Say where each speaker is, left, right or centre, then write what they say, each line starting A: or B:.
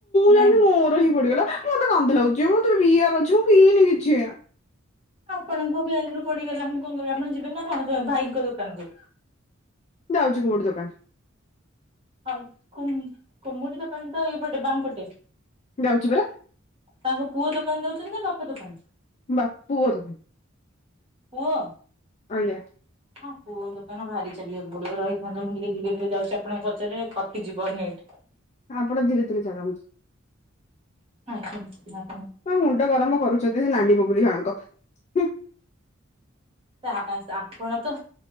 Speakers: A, on the right; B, on the left.
A: ନାଇଁ
B: ଜାଣିନି ମୋର ହିଁ ପଡିଗଲା। ମୁଁ ମତେ କାନ୍ଦ ଲାଗୁଛି ମତେ ପିଇବାର ଅଛି ମୁଁ ପିଇନି କିଛି।
A: ଆପଣଙ୍କ ବ୍ୟାଗ୍ ରୁ ପଡିଗଲା ମୁଁ କଣ କରିବି ଆପଣ ଯିବେନି ନା ତ କଣ ଭାଇଙ୍କ ଦୋକାନ କୁ।।
B: ଯାଉଛି କୋଉଠି ଦୋକାନ।
A: ହଉ କୁମ୍ କୁମୁଟି ଦୋକାନ ଏଇ ପଟେ ବାଁ ପଟେ।
B: ଯାଉଛି ପରା।
A: ତାଙ୍କ ପୁଅ ଦୋକାନ ଦଉଛନ୍ତି ନା ବାପା ଦୋକାନ?
B: ବା ପୁଅ ଦୋକାନ।
A: ପୁଅ?
B: ଆଜ୍ଞା।
A: ହଁ ପୁଅ ଦୋକାନ ଭାରି ଚାଲିବାକୁ ପଡିବ ରହିଥାନ୍ତୁ ମୁଁ ଟିକେ ଧୀରେ ଧୀରେ ଯାଉଛି ଆପଣଙ୍କୁ ପଚାରରେ କଟିଯିବ ନେଟ।
B: ଆପଣ ଧୀରେ ଧୀରେ ଚାଲନ୍ତୁ।
A: ଆଜ୍ଞା
B: ହ ମୁଣ୍ଡ ଗରମ କରୁଛନ୍ତି ସେ ନାଲି ବଗୁଲି ଜଣକ। ହୁଁ।
A: ତା ଆପଣ ତ